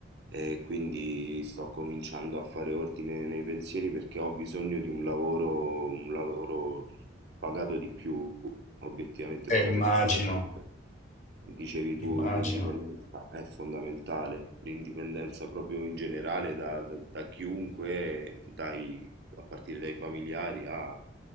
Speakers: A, on the right; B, on the left.
A: e quindi sto cominciando a fare ordine nei pensieri perché ho bisogno di un lavoro, un lavoro pagato di più, obiettivamente
B: Eh,
A: pagato
B: immagino,
A: di più perché come dicevi tu
B: immagino.
A: l'indipendenza è fondamentale, l'indipendenza proprio in generale da, da- da chiunque, dai- a partire dai familiari a